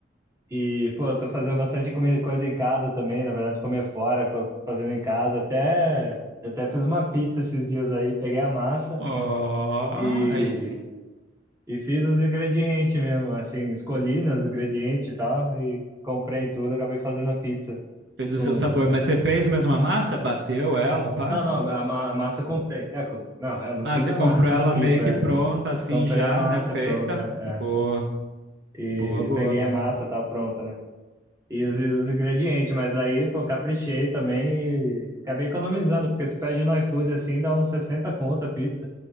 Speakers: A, on the right; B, on the right.
A: e pô, eu tô fazendo bastante comida, coisa em casa também, na verdade, comer fora, co- fazendo em casa. Até, até fiz uma pizza esses dias aí, peguei a massa
B: Ó,
A: e,
B: aí sim.
A: e fiz os ingredientes mesmo, assim, escolhi, né, os ingredientes e tal, e comprei tudo, acabei fazendo a pizza
B: Fez o
A: com
B: seu sabor, mas você fez mesmo a massa? Bateu ela, pá?
A: Não, não, a, ma- a massa eu comprei. É, co- não, é, eu não
B: Ah,
A: fiz
B: você
A: a
B: comprou
A: massa
B: ela
A: da pizza.
B: meio que
A: é.
B: pronta, assim
A: Comprei
B: já,
A: a massa
B: né? Feita.
A: pronta.
B: Boa,
A: é. E
B: boa, boa,
A: peguei
B: mano.
A: a massa tal pronta, né? E os, e os ingredientes, mas aí, pô, caprichei também e acabei economizando, porque se pede no iFood assim, dá uns 60 conto a pizza.